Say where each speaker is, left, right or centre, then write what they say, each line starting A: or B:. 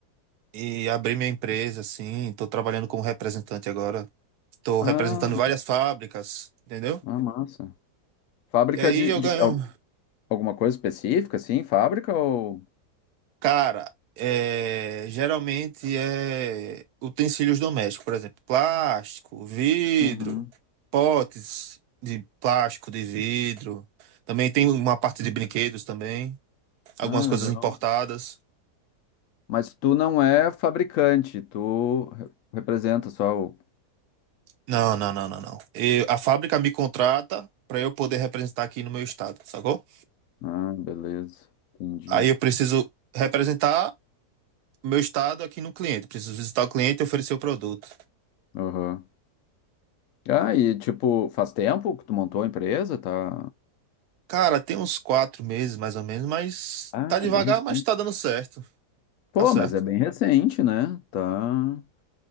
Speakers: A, on the right (about 70°); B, on the left (about 70°).
A: e abri minha empresa, assim, tô trabalhando como representante agora. Tô
B: Ah,
A: representando várias fábricas, entendeu?
B: ah, massa. Fábrica
A: E aí
B: de,
A: eu
B: de
A: ganho.
B: al- alguma coisa específica, assim, fábrica ou...
A: Cara, é, geralmente é utensílios domésticos, por exemplo, plástico, vidro,
B: Uhum.
A: potes de plástico, de vidro. Também tem uma parte de brinquedos também, algumas
B: Ah,
A: coisas
B: legal.
A: importadas.
B: Mas tu não é fabricante, tu re- representa só o
A: Não, não, não, não, não. Eu- a fábrica me contrata para eu poder representar aqui no meu estado, sacou?
B: Ah, beleza. Entendi.
A: Aí eu preciso representar meu estado aqui no cliente. Preciso visitar o cliente e oferecer o produto.
B: Aham. Ah, e tipo, faz tempo que tu montou a empresa, tá?
A: Cara, tem uns quatro meses mais ou menos, mas
B: Ah,
A: tá devagar,
B: é bem recente.
A: mas tá dando certo.
B: Pô,
A: Tá certo.
B: mas é bem recente, né? Tá.